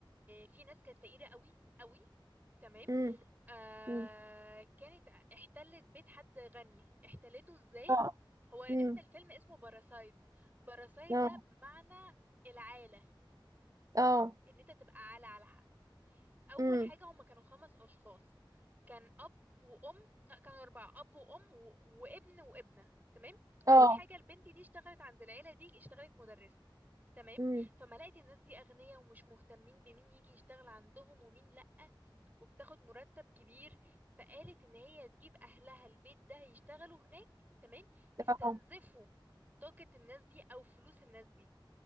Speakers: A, on the right; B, on the right.
A: في ناس كانت فقيرة قوي قوي تمام
B: امم
A: آه
B: امم
A: كانت احتلت بيت حد غني احتلته ازاي
B: اه
A: هو اسم
B: امم
A: الفيلم اسمه باراسايد باراسايد
B: اه
A: ده بمعنى العالة
B: اه
A: ان انت تبقى عالة على حد اول
B: امم
A: حاجه هما كانوا خمس اشخاص كان اب وام لا كانوا اربعه اب وام و... وابن وابنه تمام
B: اه
A: اول حاجه البنت دي اشتغلت عند العيله دي اشتغلت مدرسه تمام
B: امم
A: فما لقيت الناس دي اغنياء ومش مهتمين بمين يجي يشتغل عندهم ومين لأ وبتاخد مرتب كبير فقالت ان هي تجيب اهلها البيت ده يشتغلوا هناك تمام يستنزفوا
B: اه
A: طاقة الناس دي او فلوس الناس دي